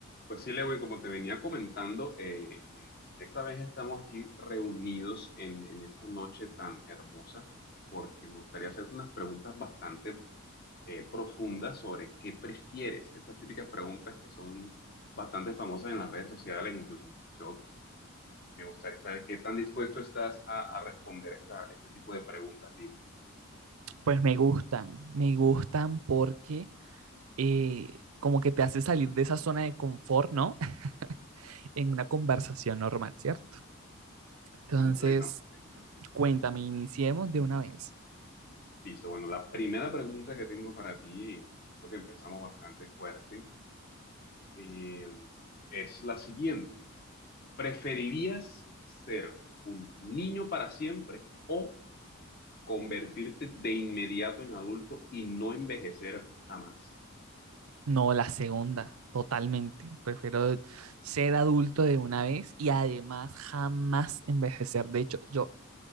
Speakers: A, on the left; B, on the right.
A: Pues sí, Lewin, como te venía comentando, eh, eh, esta vez estamos aquí reunidos en, en esta noche tan hermosa porque me gustaría hacerte unas preguntas bastante eh, profundas sobre qué prefieres. Estas típicas preguntas que son bastante famosas en las redes sociales, incluso en TikTok. Me gustaría saber qué tan dispuesto estás a, a responder esta, este tipo de preguntas, dime,
B: Pues me gustan, me gustan porque eh, como que te hace salir de esa zona de confort, ¿no? <laughs> En una conversación normal, ¿cierto? Entonces,
A: completamente.
B: cuéntame, iniciemos de una vez.
A: Listo, bueno, la primera pregunta que tengo para ti, creo que empezamos bastante fuerte. eh, es la siguiente. ¿Preferirías ser un niño para siempre o convertirte de inmediato en adulto y no envejecer jamás?
B: No, la segunda, totalmente. Prefiero ser adulto de una vez y además jamás envejecer. De hecho, yo